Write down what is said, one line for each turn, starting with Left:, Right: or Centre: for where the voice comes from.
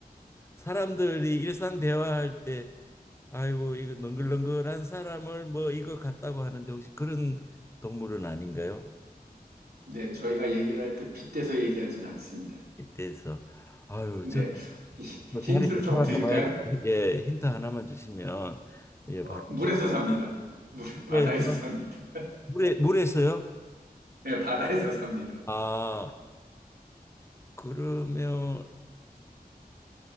Left: 사람들이 일상 대화할 때 아이고 이거 능글능글한 사람을 뭐 이거 같다고 하는데 혹시 그런 동물은 아닌가요?
Right: 네, 저희가 얘기를 할 때 빗대서 얘기하진 않습니다.
Left: 이때에서 아유
Right: 근데
Left: 저뭐
Right: 히- 힌트를
Left: 자리로
Right: 조금
Left: 돌아가
Right: 드릴까요?
Left: 봐야 돼. 예 힌트 하나만 주시면 예
Right: 어,
Left: 바로
Right: 물에서
Left: 좀
Right: 삽니다. 물 <laughs>
Left: 물에서
Right: 바다에서 삽니다.
Left: 물에 물에서요?
Right: 네, 바다에서 삽니다.
Left: 아 그러면은